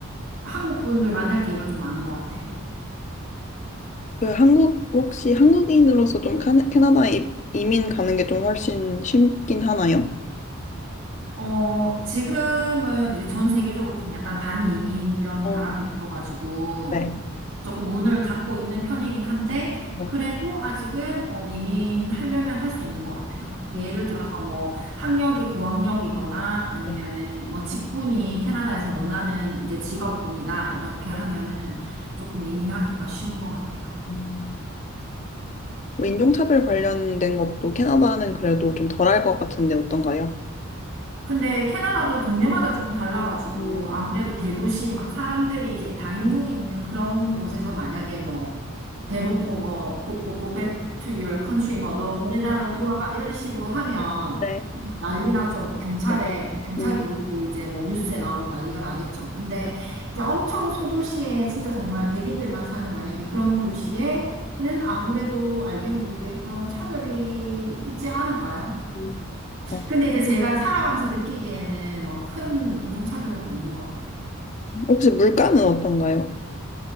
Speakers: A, on the right; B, on the left.
A: 한국 분들 만날 기회가 좀 많은 것 같아요.
B: 그 한국 혹시 한국인으로서 좀 카나- 캐나다에 이- 이민 가는 게 좀 훨씬 쉽긴 하나요?
A: 어, 지금은 이제 전 세계적으로 좀 약간 반이민 이런
B: 어,
A: 바람이 불어가지고
B: 네,
A: 조금 문을 닫고 있는 편이긴 한데
B: 네,
A: 그래도 아직은 어, 이민하려면 할 수 있는 것 같아요. 그
B: 음,
A: 예를 들어서 뭐 학력이 고학력이거나 아니면은
B: 네,
A: 뭐 직군이 캐나다에서 원하는 이제 직업군이다 이렇게 하면은
B: 네.
A: 조금 이민하기가 쉬운 것 같아요.
B: 음, 뭐 인종차별 관련된 것도 캐나다는 그래도 좀 덜할 것 같은데 어떤가요?
A: 근데 캐나다도 동네마다 조금 달라가지고
B: 음,
A: 아무래도 대도시 막 사람들이 이제 다인종이 있는 그런 곳에서 만약에 뭐 대놓고 뭐, 고, 뭐 go back to your country 뭐 너, 너네 나라로 돌아가 이런 식으로 하면
B: 네,
A: 이거 난리 나죠. 경찰에
B: 그래서,
A: 경찰
B: 음,
A: 부르고 이제 뭐 뉴스에 나오고 난리가 나겠죠. 근데
B: 네,
A: 이제 엄청 소도시에 진짜 정말 백인들만 사는 만약에 그런 도시에는 아무래도 알게 모르게 그런 차별이 있지 않을까요?
B: 음, 네.
A: 근데 이제 제가 살아가면서 느끼기에는 뭐 큰 인종차별은 없는 것 같아요.
B: 혹시 물가는 어떤가요?